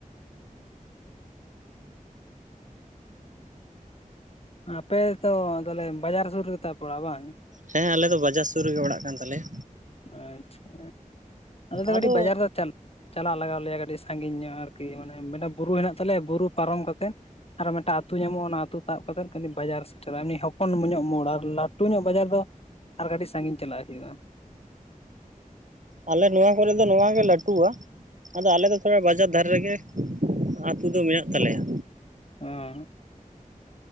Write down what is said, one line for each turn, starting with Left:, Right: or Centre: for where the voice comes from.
Left: ᱟᱯᱮ ᱛᱚ ᱛᱟᱦᱚᱞᱮ ᱵᱟᱡᱟᱨ ᱥᱩᱨ ᱨᱮᱜᱮ ᱛᱟᱯᱮ ᱚᱲᱟᱜ ᱫᱚ ᱵᱟᱝ?
Right: ᱦᱮᱸ ᱟᱞᱮ ᱫᱚ ᱵᱟᱡᱟᱨ ᱥᱩᱨ ᱨᱮᱜᱮ ᱚᱲᱟᱜ ᱠᱟᱱ ᱛᱟᱞᱮᱭᱟ᱾
Left: ᱟᱪᱪᱷᱟ ᱟᱞᱮ ᱫᱚ
Right: ᱟᱫᱚ
Left: ᱠᱟᱹᱴᱤᱡ ᱵᱟᱡᱟᱨ ᱨᱮ <unintelligible> ᱪᱟᱞᱟᱜ ᱞᱟᱜᱟᱣ ᱞᱮᱭᱟ ᱠᱟᱹᱴᱤᱡ ᱥᱟᱺᱜᱤᱧ ᱧᱚᱜ ᱟᱨᱠᱤ ᱢᱟᱱᱮ ᱢᱤᱫᱴᱟᱹᱝ ᱵᱩᱨᱩ ᱦᱮᱸᱱᱟᱜ ᱛᱟᱞᱮᱭᱟ ᱵᱩᱨᱩ ᱯᱟᱨᱚᱢ ᱠᱟᱛᱮᱫ ᱟᱨᱚ ᱢᱤᱫᱴᱟᱝ ᱟᱹᱛᱩ ᱧᱟᱢᱚᱜᱼᱟ ᱚᱱᱟ ᱟᱹᱛᱩ ᱛᱟᱵ ᱠᱟᱛᱮᱫ ᱠᱷᱟᱞᱤ ᱵᱟᱡᱟᱨ ᱥᱮᱴᱮᱨᱚᱜᱼᱟ ᱮᱢᱱ ᱦᱚᱯᱚᱱ ᱧᱚᱜ ᱢᱳᱲ ᱟᱨ ᱞᱟᱹᱴᱩ ᱧᱚᱜ ᱵᱟᱡᱟᱨ ᱫᱚ ᱟᱨ ᱠᱟᱹᱴᱤᱡ ᱥᱟᱺᱜᱤᱧ ᱪᱟᱞᱟᱜ ᱦᱩᱭᱩᱜᱼᱟ᱾
Right: ᱟᱞᱮ ᱱᱚᱣᱟ ᱠᱚᱨᱮ ᱫᱚ ᱱᱚᱣᱟ ᱜᱮ ᱞᱟᱹᱴᱩᱣᱟ, ᱟᱫᱚ ᱟᱞᱮ ᱫᱚ ᱛᱷᱚᱲᱟ ᱵᱟᱡᱟᱨ ᱫᱷᱟᱨᱮ ᱨᱮᱜᱮ ᱟᱹᱛᱩ ᱫᱚ ᱢᱮᱱᱟᱜ ᱛᱟᱞᱮᱭᱟ᱾
Left: ᱚᱸ᱾